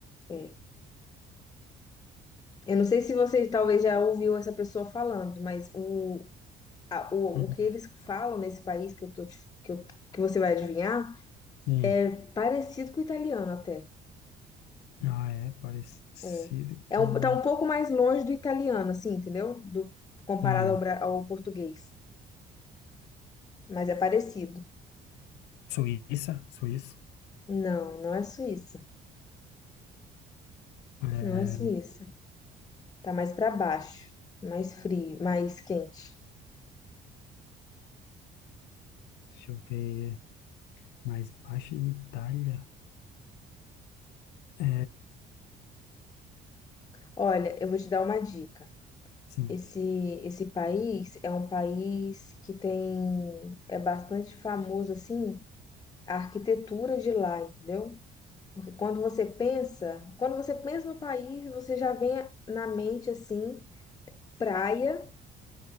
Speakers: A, on the left; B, on the left.
A: É. Eu não sei se você talvez já ouviu essa pessoa falando, mas o, a- o,
B: Hum,
A: o que eles falam nesse país que eu tô, te- que eu- que você vai adivinhar,
B: Sim.
A: é parecido com o italiano até.
B: Ah, é parecido
A: É, é
B: com...
A: um, tá um pouco mais longe do italiano, assim, entendeu? Do, comparado
B: Sim.
A: ao, bra- ao português. Mas é parecido.
B: Suíça, Suíça.
A: Não, não é Suíça.
B: É,
A: Não é Suíça. Tá mais pra baixo, mais frio, mais quente.
B: deixa eu ver. Mais baixo de Itália. É,
A: Olha, eu vou te dar uma dica.
B: sim,
A: Esse, esse país é um país que tem, é bastante famoso, assim, a arquitetura de lá, entendeu? Porque quando você pensa, quando você pensa no país, você já vem na mente, assim, praia